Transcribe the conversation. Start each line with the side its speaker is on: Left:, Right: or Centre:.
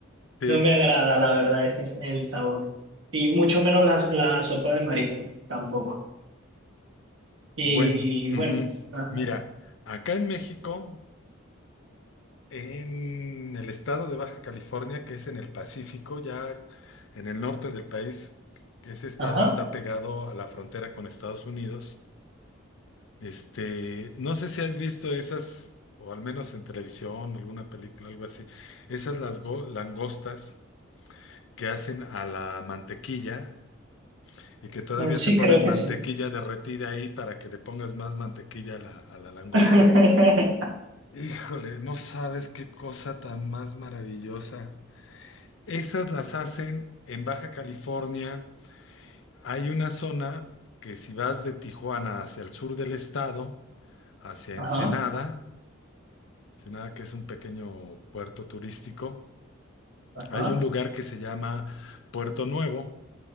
Left: sí,
Right: no me agrada, la verdad, ese es el sabor. Y mucho menos las la sopa de marisco, tampoco. Y
Left: bueno, ujú.
Right: bueno, ajá,
Left: Mira, acá en México En el estado de Baja California, que es en el Pacífico, ya en el norte del país, que ese estado
Right: ajá,
Left: está pegado a la frontera con Estados Unidos. Este, no sé si has visto esas, o al menos en televisión, alguna película, algo así, esas las go- langostas que hacen a la mantequilla y que todavía
Right: eh, sí
Left: te ponen
Right: creo
Left: mantequilla
Right: que sí.
Left: derretida ahí para que le pongas más mantequilla a la, a la langosta.
Right: <laughs>
Left: Híjole, no sabes qué cosa tan más maravillosa. Esas las hacen en Baja California. Hay una zona que si vas de Tijuana hacia el sur del estado, hacia
Right: Ajá,
Left: Ensenada, Ensenada que es un pequeño puerto turístico,
Right: ajá,
Left: hay un lugar que se llama Puerto Nuevo.